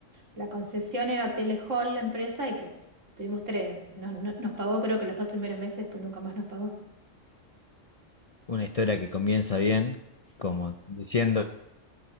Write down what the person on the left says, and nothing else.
Una historia que comienza bien, como diciendo,